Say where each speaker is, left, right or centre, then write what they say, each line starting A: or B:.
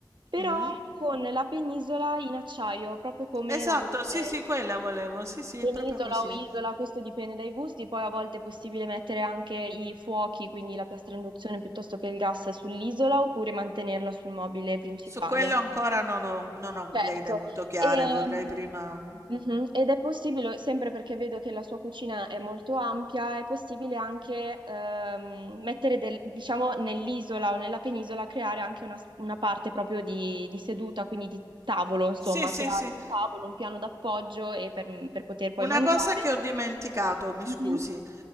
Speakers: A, on the right; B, on the right.
A: però
B: Mm.
A: con la penisola in acciaio, proprio come
B: Esatto,
A: la voleva
B: sì,
A: lei.
B: sì, quella volevo, sì, sì,
A: Penisola
B: è proprio così.
A: o isola, questo dipende dai gusti, poi a volte è possibile mettere anche i fuochi, quindi la piastra a induzione piuttosto che il gas sull'isola oppure mantenerla sul mobile principale.
B: Su quello ancora non ho non ho
A: Certo,
B: le idee molto chiare,
A: Ehm,
B: vorrei prima
A: mhm, Ed è possibile, sempre perché vedo che la sua cucina è molto ampia, è possibile anche ehm, mettere, del- diciamo, nell'isola o nella penisola, creare anche una, una parte proprio di, di seduta, quindi di tavolo, insomma,
B: sì, sì,
A: creare
B: sì.
A: un tavolo, un piano d'appoggio e per per poter poi
B: Una
A: mangiare.
B: cosa che ho dimenticato, mi
A: Mhm.
B: scusi,